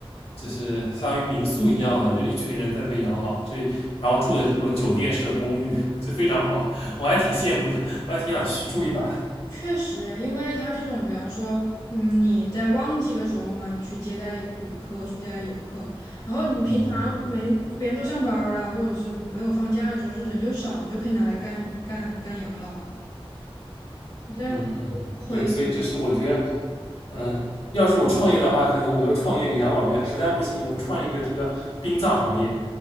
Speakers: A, on the left; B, on the left.
A: 就是相当于民宿一样的，就一群人在那边养老，就然后住的这种酒店式的公寓，就非常好，我还挺羡慕的，我还挺想去住一把的。
B: 确实，因为它这种，比方说，嗯，你在旺季的时候嘛，你去接待旅客，去接待游客，然后你平常没别人都上班儿了，
A: 嗯嗯。
B: 或者是没有放假的时候，就人就少，你就可以拿来干干干养老啊，你这样就不亏的
A: 嗯嗯，对，所以这是我觉得，嗯，要是我创业的话，可能我就创业个养老院，实在不行，我们创一个这个殡葬行业。